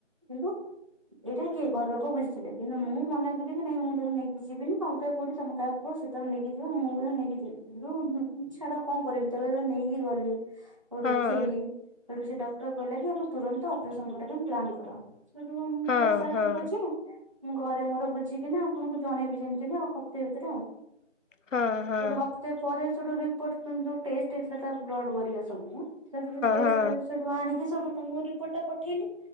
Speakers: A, on the right (about 25°); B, on the left (about 85°).
A: କିନ୍ତୁ ଏଇଟା କିଏ ଘର ଲୋକ ବୁଝିଥିଲେ କିନ୍ତୁ ମୁଁ ମନା କଲି କି ନାଇଁ ମୁଁ ତାକୁ ନେଇକି ଯିବିନି ଅଲଗା କୋଉଠି ତମେ କାହାକୁ ହ ସେତବେଳେ ନେଇକି ଯିବ ମୁଁ ବି ନେଇକି ଯିବିନ୍ତୁ ଛାଡ କଣ କରିବି ତାକୁ ଯେତେ ବେଳେ ନେଇକି ଗଲି ଉ ଦେଖେଇଲି
B: ହଁ।
A: ସେଠୁ ସେ ଡକ୍ଟର କହିଲେ କିକୁ ତୁରନ୍ତ ଅପରେସନ କରିବା ପାଇଁ ପ୍ଲାନ୍ କର। ସେଇଠୁ ଉ କହିଁ
B: ହଁ
A: ଲି ଆଉ ସାର୍
B: ହଁ
A: ଠିକ ଅଛି ମୁଁ ଘରେ ମୋର ବୁଝିକି ନା ଆପଣଙ୍କୁ ଜଣେଇବି ଯେମିତି ନାଉ ହପ୍ତାହ ଭିତରେ ଆଉ
B: ହଁ ହଁ
A: ସେଟୁ ହପ୍ତ ପରେ ସେଠୁ ରିପୋର୍ଟ ଯୋଉ ଟେଷ୍ଟ ହେଇଥିଲା ତା ବ୍ଲଡ ବରିବା ସବୁ ସେଠୁ ସେଠୁ ଟେଷ୍ଟ
B: ହଁ
A: ସେଠୁ ଆଣିକି ସେଠୁ ତାଙ୍କୁ ରିପୋର୍ଟ ଟା ପଠେଇଲି